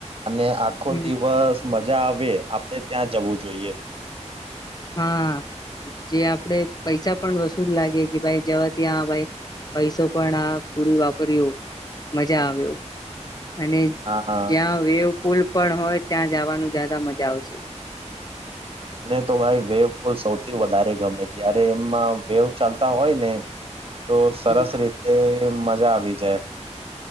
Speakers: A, on the right; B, on the left.
A: અને આખો
B: હમ
A: દિવસ મ જા આવે આપડે ત્યાં જવું જોઈએ.
B: હા, જે આપડે પૈસા પણ વસૂલ લાગે કે ભાઈ જવા ત્યાં ભઈ પૈસો પણ આ પૂરુ વાપયુ. મજા આવ્યુ. અને
A: હા
B: જ્યાં વેવ પુલ પણ હોય ત્યાં જવાનું જયાદા મજા આવશે.
A: મને તો ભાઈ વેવ પુલ સૌથી વધારે ગમે જયારે એમાં વેવ ચાલતા હોય ને તો સરસ
B: હમ
A: રીતે તેમ મજા આવી જાય.